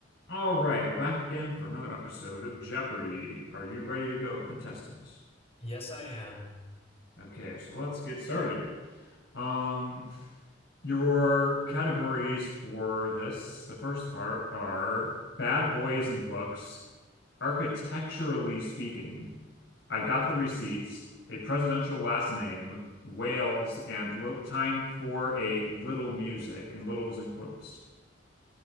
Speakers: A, on the left; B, on the left.
A: All right, we're back again for another episode of Jeopardy. Are you ready to go, contestant?
B: Yes, I am.
A: Okay, so let's get started. Um, your categories for this, the first part are bad boys and books, architecturally speaking, I got the receipts, a presidential last name, Wales, and li time for a little music, and littles in quotes.